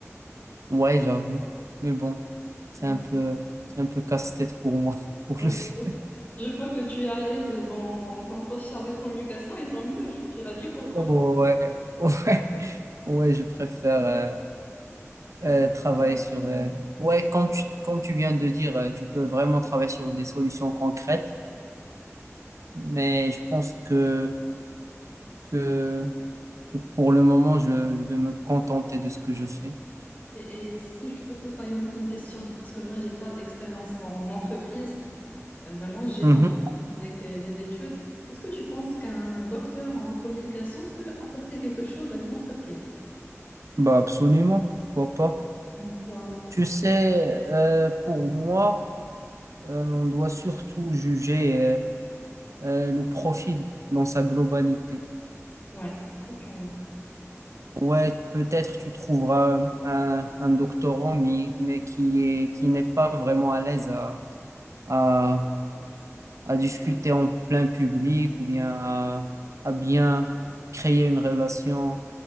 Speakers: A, on the right; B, on the left.
A: Ouais, j'avoue, mais bon, c'est
B: Ouais.
A: un peu, c'est un peu casse-tête pour moi, <laughs> pour
B: Ouais.
A: le faire.
B: Je vois que tu es à l'aise dans ton poste chargé de communication et tant mieux, je suis ravie pour
A: Ouais,
B: toi.
A: ouais, ouais, je préfère euh, euh, travailler sur. euh, Ouais, comme tu, comme tu viens de dire, euh, tu peux vraiment travailler sur des solutions concrètes, mais je pense que, que que pour le moment, je, je vais me contenter de ce que je fais.
B: Et, et si je te pose par exemple une question, parce que moi, j'ai pas d'expérience en entreprise, Euh, Vraiment, j'ai
A: Mhm.
B: envie avec euh, les études. Est-ce que tu penses qu'un docteur en communication peut apporter quelque chose à une entreprise?
A: Bah absolument, pourquoi pas.
B: Donc, quoi?
A: Tu sais, euh, pour moi, euh, on doit surtout juger euh, euh, le profil dans sa globalité.
B: Ouais, ça, tu as raison.
A: Ouais, peut-être tu trouveras un, un doctorant, mais, mais qui est, qui n'est pas vraiment à l'aise à, à, à discuter en plein public ou bien à, à bien créer une relation